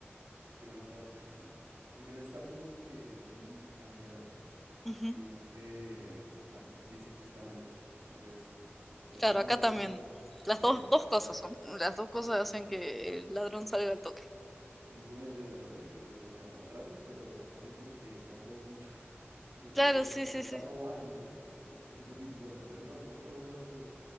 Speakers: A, on the right; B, in the centre.
A: pero no tanto. <laughs> Porque no es tanto como que estén aliados,
B: Ujú.
A: sino que la justicia está mal hecha. Entonces, si atrapan
B: Claro, acá
A: a un
B: también.
A: ladrón,
B: Las
A: sí,
B: dos, dos
A: sí,
B: cosas son. Las dos cosas
A: sí,
B: hacen que el ladrón salga al toque.
A: Ninguna ayuda, ¿no? Porque, pues, o sea, lo atrapan, pero sale porque no robó mucho. <laughs> Y no
B: Claro,
A: sé queda,
B: sí,
A: pero, pero
B: sí,
A: está
B: sí.
A: robando, es, es- que es lo que importa. Pero no, no robó más de